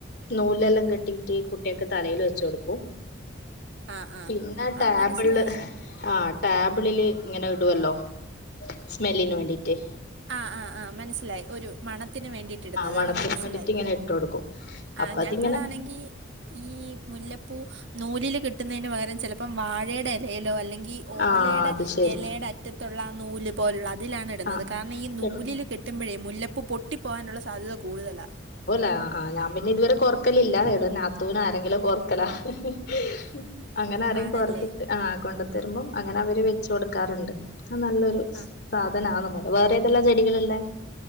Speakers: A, on the left; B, on the right.
A: നൂലിലെല്ലാം കെട്ടിയിടറ്റ് കുട്ട്യാക്ക് തലയിൽ വെച്ച് കൊടുക്കും
B: ആ ആ
A: പിന്നെ ടാബിള്ല്
B: ആ മനസ്സിലായി
A: ആഹ് ടാബിളില് ഇങ്ങനെ ഇടുല്ലോ സ്മെല്ലിന് വേണ്ടീട്ട്
B: ആഹ് ആഹ് ആ മനസ്സിലായി ഒരു മണത്തിന് വേണ്ടിയിട്ട് ഇടുന്നത്
A: മണത്തിന്
B: ആ മനസ്സിലായി
A: വേണ്ടിട്ട് ഇങ്ങനെ ഇട്ട് കൊടുക്കും അപ്പൊ
B: ആഹ്
A: അതിങ്ങനെ
B: ഞങ്ങളാണെങ്കിൽ ഈ മുല്ലപ്പൂ നൂലില് കിട്ടുന്നതിന് പകരം ചെലപ്പോം വാഴേടെ ഇലയിലോ അല്ലെങ്കിൽ ഓലയുടെ
A: ആ അത് ശരി
B: ഇലയുടെ അറ്റത്തുള്ള നൂല് പോലുള്ള അതിലാണ് ഇടുന്നത്
A: ആ
B: കാരണം ഈ നൂലില്
A: ഇടും.
B: കെട്ടുമ്പോഴേ മുല്ലപ്പ് പൊട്ടി പോകാനുള്ള സാധ്യത കൂടുതലാ
A: ആഹ് ആഹ് ഞാൻ പിന്നെ ഇതുവരെ കോർക്കലില്ല ഈട ഞാത്തൂനോ ആരെങ്കിലും കോർക്കലാ ഏഹ്
B: ഉം,
A: അങ്ങനെ ആരെ
B: ആണല്ലേ
A: കോർത്തിട്ട് ആഹ് കൊണ്ട തരുമ്പം അങ്ങനെ അവര് വെച്ച കൊടുക്കാറുണ്ട് അ നല്ലൊരു
B: ആ
A: <unintelligible> വേറെ തെല്ലാം ചെടികള്ല്ലേ